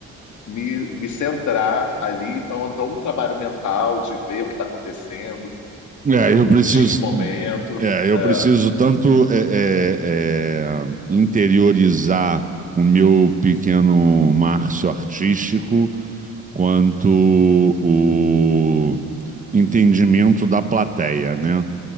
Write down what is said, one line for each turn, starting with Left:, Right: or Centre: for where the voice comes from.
Left: me, me centrar ali. Então, então, é um trabalho mental de ver o que está acontecendo
Right: É, eu
Left: curtir
Right: preciso,
Left: o momento.
Right: é, eu
Left: É,
Right: preciso tanto é, é, é, interiorizar o meu pequeno Márcio artístico, quanto o entendimento da plateia, né?